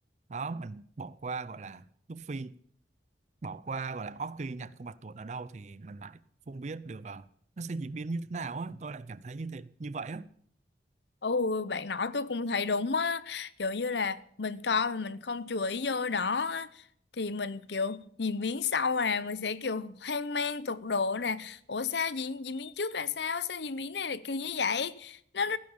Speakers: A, on the right; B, on the left.
A: đó mình bỏ qua gọi là Luffy bỏ qua gọi là Orki nhặt con bạch tuộc ở đâu thì mình lại không biết được ờ, nó sẽ diễn biến như thế nào á tôi lại cảm thấy như thế như vậy á
B: Ồ, bạn nói tôi cũng thấy đúng á, kiểu như là mình coi mà mình không chú ý vô đó á, thì mình kiểu diễn biến sau là mình sẽ kiểu hoang mang tột độ nè, ủa sao diễn diễn biến trước là sao, sao diễn biến này là kỳ như vậy, nó, nó